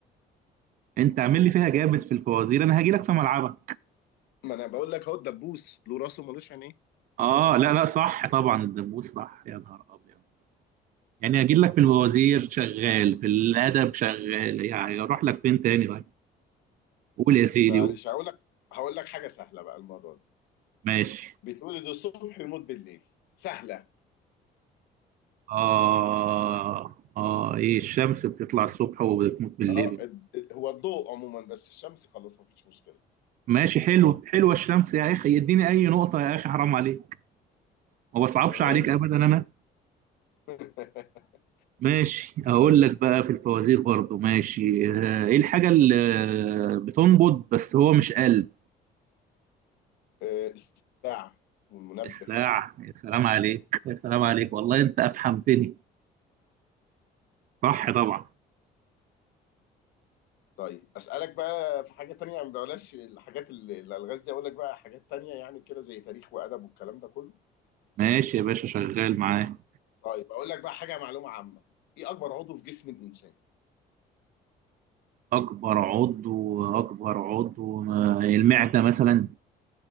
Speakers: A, on the right; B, on the left.
A: انت عامل لي فيها جامد في الفوازير انا هاجي لك في ملعبك
B: ما انا بقول لك اهو الدبوس له راس وملوش عينين
A: اه لا لا صح طبعا الدبوس صح يا نهار ابيض يعني هاجي لك في الفوازير شغال في الادب شغال يعني اروح لك فين تاني بقى قول يا سيدي
B: معلش
A: قول
B: هقول لك هقول لك حاجه سهله بقى المره دي
A: ماشي
B: بيتولد الصبح ويموت بالليل سهله
A: اه اه ايه الشمس بتطلع الصبح وبتموت بالليل
B: اه الد- هو الضوء عموما بس الشمس خلاص مفيش مشكله
A: ماشي حلو حلوه الشمس يا اخي يديني اي نقطه يا اخي حرام عليك ما بصعبش
B: تمام
A: عليك ابدا انا
B: <laughs>
A: ماشي اقول
B: طيب
A: لك بقى في الفوازير برضو ماشي آه، ايه الحاجه اللي آه، بتنبض بس هو مش قلب
B: آه، الساعه والمنبه
A: الساعه يا سلام عليك يا سلام عليك والله انت افهمتني صح طبعا
B: طيب اسالك بقى في حاجه تانية ما بلاش الحاجات ال- الالغاز دي اقول لك بقى حاجات تانية يعني كده زي تاريخ وادب والكلام ده كله
A: ماشي يا باشا شغال معاه
B: طيب اقول لك بقى حاجه معلومه عامه ايه اكبر عضو في جسم الانسان
A: اكبر عضو اكبر عضو آه، المعده مثلا